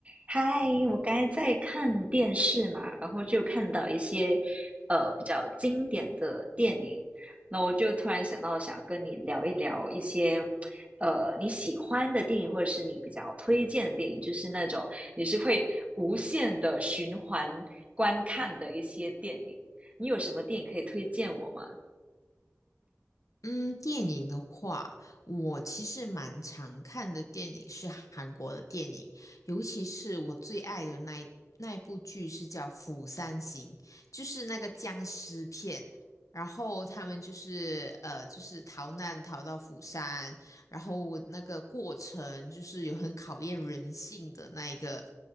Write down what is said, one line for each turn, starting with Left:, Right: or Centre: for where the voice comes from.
Right: 嗨，我刚才在看电视嘛，然后就看到一些呃比较经典的电影，那我就突然想到想要跟你聊一聊一些呃你喜欢的电影，或者是你比较推荐的电影，就是那种你是会无限的循环观看的一些电影。你有什么电影可以推荐我吗？
Left: 嗯，电影的话，我其实蛮常看的电影是韩国的电影，尤其是我最爱的那一那一部剧是叫《釜山行》，就是那个僵尸片。然后他们就是呃，就是逃难逃到釜山，然后那个过程就是有很考验人性的那一个